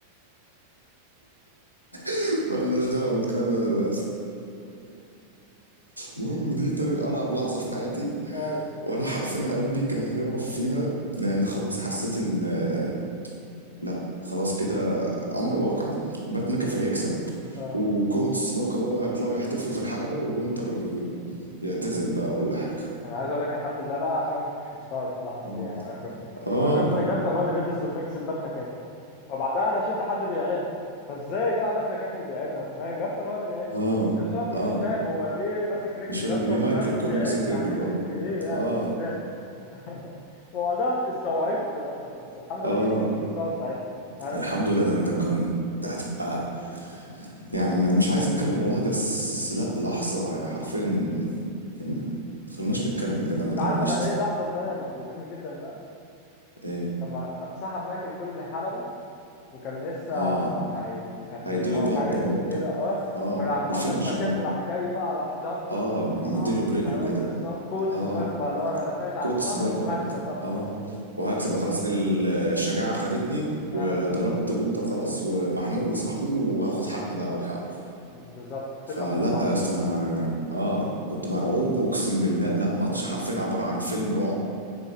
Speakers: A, on the left; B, on the left.
A: <laughs> ملناش دعوة بالكلام ده دلوقتي المهم ان دي تاني ارعب لحظه في حياتي
B: أيوة.
A: وانا حرفيا قلبي كان هيقف فيها لان خلاص حسيت ان آه، لا خلاص كده امر واقع بات ميكافي هيكسب
B: اه
A: وقوه الصداقه بقى وهيطلعوا يحتفلوا في الحلبه وجونتر يعتزل بقى ولا حاجه
B: انا عايز اقول لك الحمد لله بقى عشان ما كنتش مستوعب في اللحظه
A: اه
B: دي يعني انا كنت
A: اه
B: انا شفت ان الجدل هو اللي بيدي السوبلكس لبات مكافي فبعدها انا شفت حد بيعد فازاي بقى بات مكافي اللي بيعد انا في دماغي جنتر هو اللي بيعد
A: اه
B: في نفس الوقت
A: اه
B: مش فاهم هو ليه ماسك رجل
A: مش فاهم
B: جنتر
A: ليه مايكل
B: وجنتر
A: كول
B: بيعد
A: ماسك رجله
B: هتفرق
A: اه
B: في ايه يعني
A: اه
B: مش فاهم <laughs> وبعدها استوعبت بقى بس الحمد
A: اه
B: لله انا ما كنتش مستوعب ساعتها يعني
A: الحمد
B: انا
A: لله ده انت كنت هتبقى يعني م- مش عايز اتكلم والله بس لا لحظة يعني حرفيا كلمة تخلوناش نتكلم يا جدعان
B: انت
A: بدل
B: عارف
A: ما نشتم
B: انا ايه اللحظه التانيه اللي خوفتني جدا بقى
A: ايه
B: لما خ- سحب مايكل كل الحلبه وكان لسه
A: اه
B: هيفنشه
A: هيديله
B: او
A: الباور
B: حاجه
A: بومب
B: زي كده اه
A: اه
B: وراح
A: الفينش
B: بات مكافي
A: اه
B: راح جاي بقى راح ضربه
A: اه
B: وموقعه
A: مديله برجله
B: ايوه
A: كده
B: بالظبط قوه
A: اه
B: الصداقه بقى اللي هو انا دافعت عن
A: كوت
B: صاحبي
A: صداقة
B: وهكسب
A: برضه
B: بقى خلاص
A: اه
B: كده
A: وهكسب بقى خلاص الشجاعة خدتني
B: اه
A: وضربت جونتر خلاص ومحموق لصاحبي وهاخد حقي بقى وحقه
B: بالظبط وكسبت
A: فلا
B: عشان صاحبي
A: يا اسطى انا اه كنت مرعوب اقسم بالله لا ماتش حرفيا عبارة عن فيلم رعب